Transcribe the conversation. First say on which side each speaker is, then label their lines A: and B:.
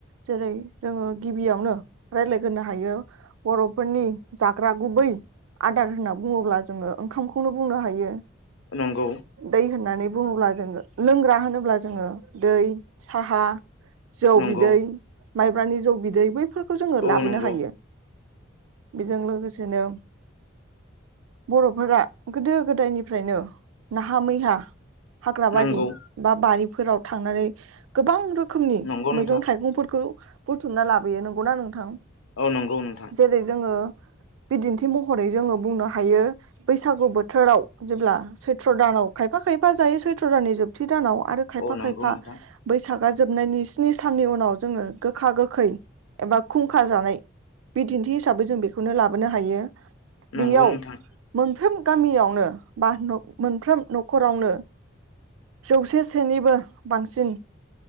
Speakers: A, on the right; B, on the left.
A: जेरै जोङो गिबियावनो रायज्लायग्रो हायो बर'फोरनि जाग्रा गुबै आदार होनना बुङोब्ला जोङो ओंखामखौनो बुंनो हायो।
B: नंगौ
A: दै होन्नानै बुङोब्ला जोङो लोंग्रा होनोब्ला जोङो दै साहा। जौ
B: नंगौ
A: बिदै। माइब्रानि जौ बिदै बैफोर जोङो
B: औ
A: लाबोनो
B: नंगौ
A: हायो। बेजों लोगोसेनो बर'फोरा गोदो गोदायनिफ्रायनो नाहा मैहा हाग्राबारि
B: नंगौ
A: बा बारि फोराव थांनानै। गोबां रोखोमनि
B: नंगौ नोंथां
A: मैगं थाइगंफोरखौ बुथुमना लाबोयो नंगौना नोंथां?
B: औ नंगौ नोंथां
A: जेरै जोङो बिदिन्थि मह रै जोङो बुंनो हायो बैसागु बोथोराव जेब्ला सैथ्र' दानाव खायफा खायफा जायो सैथ्र' दाननि जोबथि दानाव आरो खायफा
B: औ नंगौ
A: खायफा
B: नोंथां
A: बैसागा जोबनायनि स्नि साननि उनाव जोङो गोखा गोखै एबा खुंखा जानाय बिदिन्थि हिसाबै जों बेखौनो लाबोनो हायो
B: नंगौ
A: बेयाव
B: नोंथां
A: मोनफ्रोम गामियावनो बा न'-मोनफ्राम न'खरावनो जौसे सेनिबो बांसिन